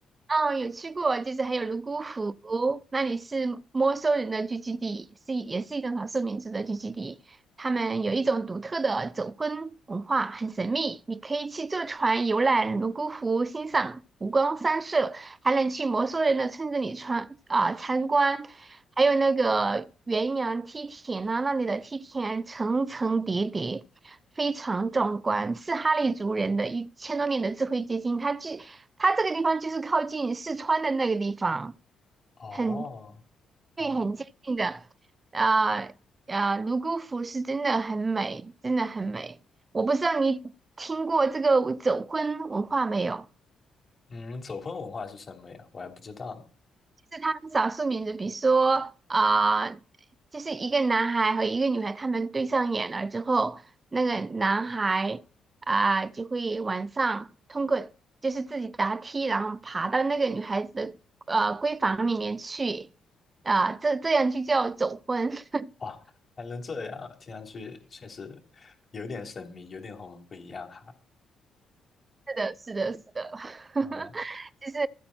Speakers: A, on the right; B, on the left.
A: 哦，有去过，就是还有泸沽湖，那里是摩梭人的聚居地，是也是一种少数民族的聚居地。他们有一种独特的走婚文化，很神秘。你可以去坐船游览泸沽湖，欣赏湖光山色，还能去摩梭人的村子里穿啊、参观，还有那个元阳梯田呢，那里的梯田层层叠叠。非常壮观，是哈利族人的一千多年的智慧结晶。它既它这个地方就是靠近四川的那个地方，
B: 哦，
A: 很
B: 哦，
A: 对，很接近的。啊、啊、泸沽湖是真的很美，真的很美。我不知道你听过这个走婚文化没有？
B: 嗯，走婚文化是什么呀？我还不知道呢。
A: 是他们少数民族，比如说啊、呃就是一个男孩和一个女孩，他们对上眼了之后，那个男孩啊、就会晚上通过就是自己答题，然后爬到那个女孩子的呃闺房里面去啊、这这样就叫走婚。<laughs>
B: 哇，还能这样啊，听上去确实有点神秘，有点和我们不一样哈。
A: 是的，是的，是的。<laughs>
B: 嗯，
A: 就是